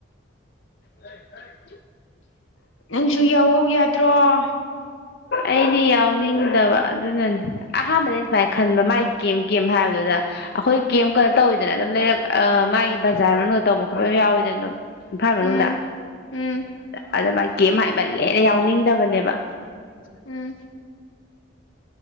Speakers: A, on the left; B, on the left.
A: ꯂꯩ ꯇꯥꯏ
B: ꯅꯪꯁꯨ ꯌꯥꯎꯍꯧ ꯌꯥꯗ꯭ꯔꯦ ꯑꯣ
A: ꯑꯩꯗꯤ ꯌꯥꯎꯅꯤꯡꯗꯕ ꯑꯗꯨꯅꯅꯦ ꯑꯍꯥꯟꯕꯗꯩ ꯁꯨꯃꯥꯏꯅ ꯈꯟꯕ ꯃꯥꯒꯤ ꯀꯦꯝ ꯀꯦꯝ ꯍꯥꯏꯕꯗꯨꯗ ꯑꯩꯈꯣꯏ ꯀꯦꯝ ꯀꯩꯅꯣ ꯇꯧꯋꯤꯗꯅ ꯑꯗꯨꯝ ꯂꯩꯔꯛ ꯃꯥꯒꯤ ꯕꯖꯥꯔ ꯃꯅꯨꯡꯗ ꯇꯧꯕ ꯈꯣꯠꯄ ꯌꯥꯎꯋꯤꯗꯅ ꯑꯗꯨꯝ ꯏꯝꯐꯥꯜ ꯃꯅꯨꯡꯗ
B: ꯎꯝ ꯎꯝ
A: ꯑꯗꯨꯗ ꯃꯥꯥꯏ ꯀꯦꯝ ꯍꯥꯏꯃꯜꯂꯦꯅ ꯌꯥꯎꯅꯤꯡꯗꯕꯅꯦꯕ
B: ꯎꯝ